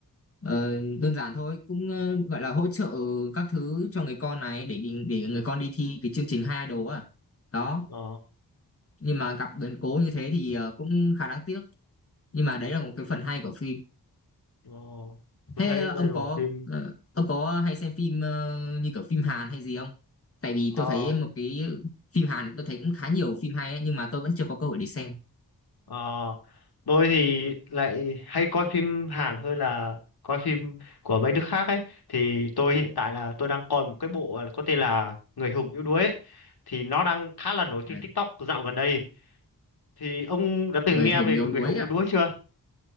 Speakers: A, on the left; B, on the left.
A: ờ, đơn giản thôi cũng ờ, gọi là hỗ trợ các thứ cho người con này để đi- để người con đi thi cái chương trình hai đồ á đó
B: ờ,
A: nhưng mà gặp biến cố như thế thì ờ, cũng khá đáng tiếc nhưng mà đấy là một cái phần hay của phim
B: ờ, tôi
A: thế
B: thấy
A: ờ,
B: đây
A: ông
B: là
A: có
B: một phim
A: ờ, ông có hay xem phim ờ, như kiểu phim Hàn hay gì không tại vì
B: ờ
A: tôi thấy một cái phim Hàn tôi thấy cũng khá nhiều phim hay ấy, nhưng mà tôi vẫn chưa có cơ hội để xem
B: Ờ, tôi thì lại hay coi phim Hàn hơn là coi phim của mấy nước khác ấy. Thì tôi hiện tại là tôi đang coi một cái bộ có tên là Người hùng yếu đuối ấy. Thì nó đang khá là nổi trên
A: Đấy,
B: TikTok dạo gần đây. Thì ông đã từng
A: người
B: nghe
A: hùng
B: về
A: yếu
B: Người
A: đuối
B: hùng
A: à
B: yếu đuối chưa?